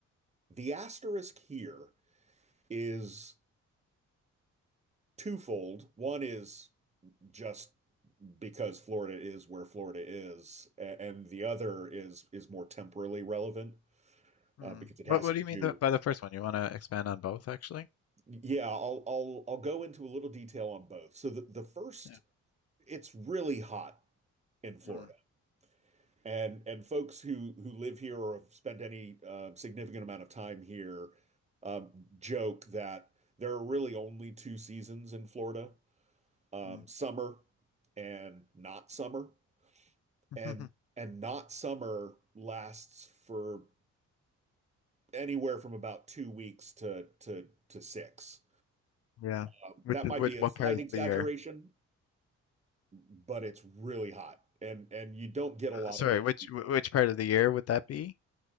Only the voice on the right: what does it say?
the asterisk here is twofold. One is just because Florida is where Florida is, a- and the other is is more temporally relevant
uh, because it
has
to
do.
Yeah, I'll I'll I'll go into a little detail on both. So the, the first,
it's really hot in Florida,
and and folks who who live here or have spent any uh, significant amount of time here um, joke that there are really only two seasons in Florida, um,
summer and not summer.
and and not summer lasts for anywhere from about two weeks to to to six.
Um,
that
might
be a
slight
exaggeration,
but it's really hot, and and you don't get a
lot
of relief.